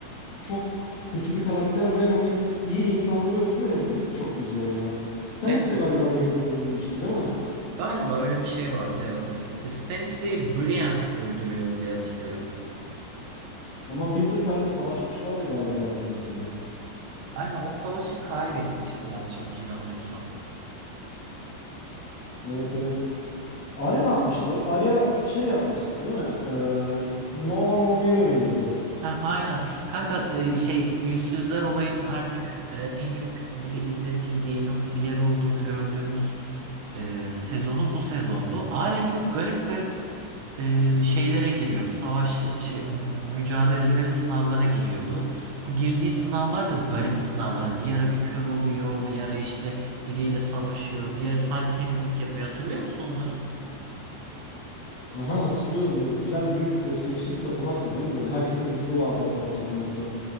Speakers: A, on the left; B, on the right.
A: çok kötü bir karakter ve hani iyi insanları öldürüyor ya. Bu bizi çok üzüyor ya. Stannis
B: Evet.
A: de galiba Remzi'ye yenilmişti değil mi?
B: Galiba öyle bir şey vardı evet. E, Stannis'i Brienne öldürüyordu diye hatırlıyorum.
A: Ama Winterfell'de savaşmışlardı galiba Remzi'yle.
B: Aynen o savaşı kaybetmişti yanlış hatırlamıyorsam.
A: Evet evet. Arya ne yapmıştı? Arya şey yapmıştı değil mi? Ee, Novan olmayı öğreniyordu.
B: Ha, aynen. Kanka e, şey yüzsüzler olayının artık e, en çok bize izletildiği nasıl bir yer olduğunu gördüğümüz e, sezonu bu sezondu. Arya çok garip garip e, şeylere giriyordu. Savaş şey hmm, mücadelelere ve sınavlara giriyordu. Bu girdiği sınavlar da garip sınavlar. Hani bir ara bir kör oluyor, bir ara işte biriyle savaşıyor, bir ara sadece temizlik yapıyor. Hatırlıyor musun onları?
A: Aha hatırlıyorum böyle güzel büyük gösterişli bir tapınaktı değil mi? Böyle herkesin yüzü vardı hatta o tapınakta.